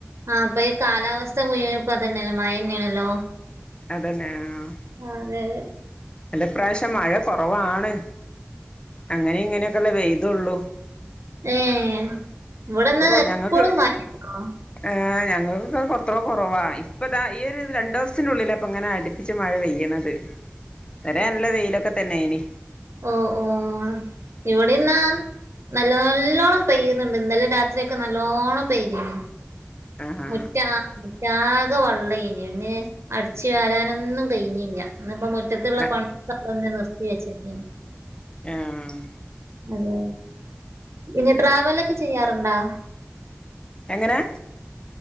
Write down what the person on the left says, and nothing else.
അതന്നെ ആഹ്
അല്ല ഇപ്രാവശ്യം മഴ കുറവാണ് അങ്ങനെ ഇങ്ങനെയൊക്കെയല്ലെ പെയ്തുള്ളു
ഇപ്പൊ കുറ
ഞങ്ങക്ക്
ആഹ് ഞങ്ങൾക്കൊക്കെ എത്രയോ കുറവാ ഇപ്പതാ ഈ ഒരു രണ്ടു ദിവസത്തിന് ഉള്ളിലാ ഇപ്പൊ ഇങ്ങനെ അടു അടുപ്പിച്ച് മഴ പെയ്യണത് വരെ നല്ല വെയിലൊക്കെ തന്നെ ആയിനു
ആഹാ
ആഹ്
ആഹ്
എങ്ങനെ